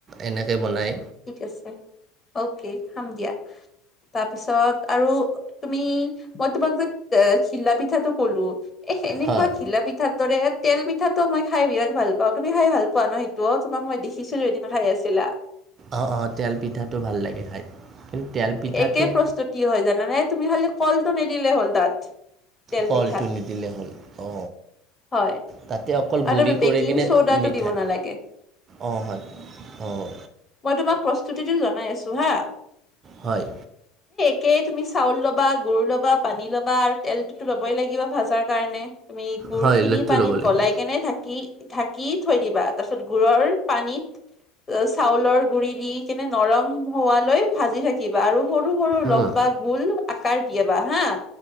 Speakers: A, on the right (about 35°); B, on the left (about 20°).
A: এনেকে বনাই।
B: ঠিক আছে ওকে খাম দিয়া তাৰপিছত আৰু তুমি মই তোমাক যে ঘিলা পিঠাটো ক'লো এ, হেনকোৱা
A: হয়
B: ঘিলা পিঠাৰ দৰে তেল পিঠাটো মই খাই বিৰাট ভাল পাওঁ তুমি খাই ভাল পোৱা ন সেই <unintelligible> তোমাক মই দেখিছিলো এদিন খাই আছিলা।
A: অ', অ' তেল পিঠাটো ভাল লাগে খাই। কিন্তু তেল পিঠাটোত
B: একে প্ৰস্তুতি হয় জানানে তুমি খালি কলটো নিদিলে হ'ল তাত। তেল
A: কলটো
B: পিঠাত
A: নিদিলেই হ'ল অ,
B: হয়
A: তাতে অকল
B: আৰু
A: গুড়ি
B: বেকিং
A: কৰি কিনে
B: সোডাটো
A: মিঠাই
B: দিব নালাগে।
A: অঁ হয় অঁ
B: মই তোমাক প্ৰস্তুতিটো জনাই আছো হা।
A: হয়।
B: তাকেই তুমি চাউল ল'বা গুৰ ল'বা পানী ল'বা আৰু তেলটোতো ল'বই লাগিব ভাজাৰ কাৰণে। তুমি গুৰ
A: হয়
B: খিনি
A: লুচিটো
B: পানীত
A: ল'ব লাগিব
B: গলাই ঢাকি-ঢাকি থৈ দিবা তাৰ পিছত গুঢ়ৰ পানীত চাউলৰ গুৰি দি কেনে নৰম হোৱালৈ ভাজি থাকিবা আৰু সৰু-সৰু
A: উম,
B: লম্বা গোল আকাৰ দিয়াবা হা